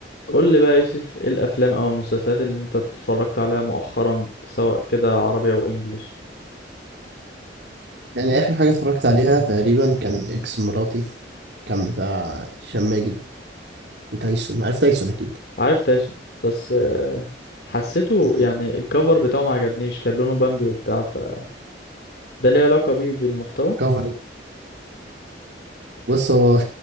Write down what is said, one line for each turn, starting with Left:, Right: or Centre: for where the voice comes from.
Left: قول لي بقى يا يوسف ايه الافلام او المسلسلات اللي انت اتفرجت عليها مؤخرا سواء كده عربي او انجليش
Right: يعني آخر حاجة اتفرجت عليها تقريبا كان إكس مراتي كان بتاع هشام ماجد وتايسون عارف تايسون أكيد
Left: عارف تايسون بس آه، حسيته
Right: <laughs>
Left: يعني
Right: مم.
Left: الكفر بتاعه ما عجبنيش كان لونه بامبي وبتاع فده ليه علاقة بيه بالمحتوى
Right: كفر بص هو